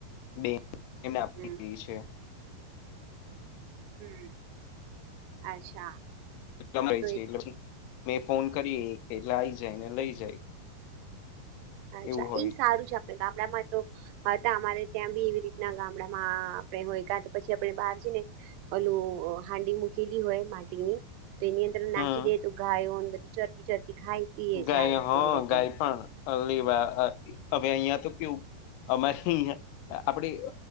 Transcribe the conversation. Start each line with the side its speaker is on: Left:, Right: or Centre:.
Left: બેને આપી
Right: હમ
Left: છે
Right: હમ અચ્છા
Left: ટલે
Right: તો એ
Left: મે ફોન કરીએ એટલે આઈ જાય ને લઈ જાય
Right: અચ્છા
Left: એવું હોય
Right: એ સારું છે આપડે ગામડામાં તો હતા અમારે ત્યાં બી એવી રીતના ગામડામાં આપણે હોય ક તો પછી આપણે બહાર જ ને અલું હાંડી મૂકેલી હોય માટી ની તો એની અંદર નાખી
Left: હમ
Right: દે તો ગાયો બધી ચરતી ચરતી ખાય પીએ
Left: ગાય
Right: જાય
Left: હા
Right: એવી રીતે
Left: ગાય પણ લેવા હવે અહિયાં તો કેવું અમે હ આપણે